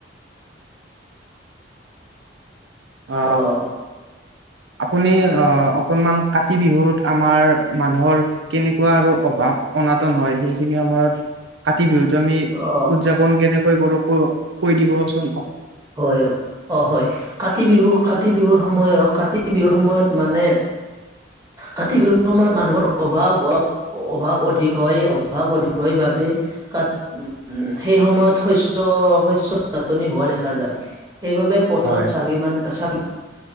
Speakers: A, on the right; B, on the right.
A: <inaudible>
B: আ
A: অ
B: আপুনি আ, অকনমান কাতি বিহুত আমাৰ মানুহৰ কেনেকুৱা আৰু অভাৱ অনাতন হয় সেইখিনি সময়ত
A: <inaudible>
B: কাতি বিহুতো আমি
A: অ
B: উদযাপন কেনেকৈ কৰো ক কৈ দিবচোন?
A: হয় অ হয় কাতি বিহু কাতি বিহুৰ সময়ত কাতি বিহুৰ সময়ত মানে কাতি বিহুৰ সময়ত মানুহৰ অভাৱ অলপ অভাৱ অধিক হয় অভাৱ অধিক হয় বা বে কাত, উম সেই সময়ত শস্য শস্য নাটনি হোৱা দেখা দেখা যায় সেইবাবে পথাৰত
B: হয়
A: চাকি মান চা